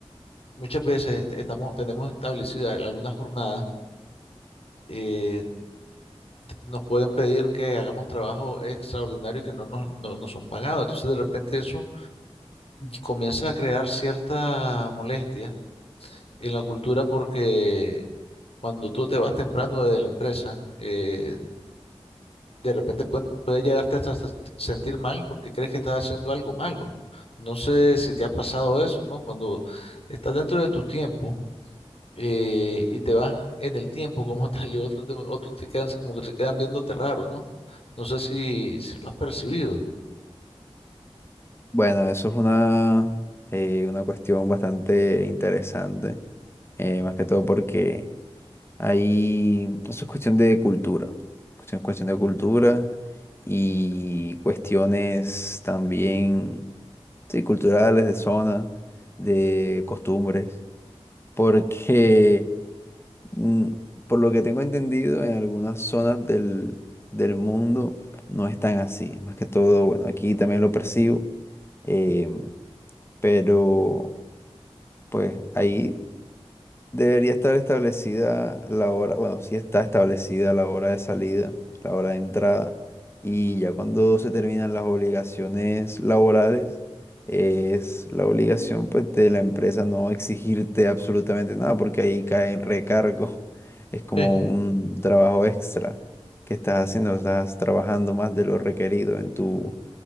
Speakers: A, on the left; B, on the left.
A: muchas veces estamos, tenemos establecida alguna jornada, eh, nos pueden pedir que hagamos trabajo extraordinario y que no nos, no nos son pagados. Entonces, de repente eso comienza a crear cierta molestia en la cultura porque cuando tú te vas temprano de la empresa, eh, de repente puede, puede llegarte hasta s- sentir mal porque crees que estás haciendo algo malo. No sé si te ha pasado eso, ¿no? Cuando estás dentro de tus tiempos eh, y te vas en el tiempo como <laughs> tal y otros te, otros te quedan como que se quedan viéndote raro, ¿no? No sé si, si lo has percibido.
B: Bueno, eso es una, eh, una cuestión bastante interesante, eh, más que todo porque ahí eso es cuestión de cultura, cuestión, cuestión de cultura y cuestiones también, sí, culturales, de zona, de costumbres, porque Mm, Por lo que tengo entendido, en algunas zonas del, del mundo no es tan así. Más que todo, bueno, aquí también lo percibo. em, pero pues ahí Debería estar establecida la hora, bueno, sí está establecida la hora de salida, la hora de entrada, y ya cuando se terminan las obligaciones laborales, es la obligación pues de la empresa no exigirte absolutamente nada, porque ahí cae en recargo, <laughs> es como
A: Sí,
B: un trabajo extra que estás haciendo, estás trabajando más de lo requerido en tu,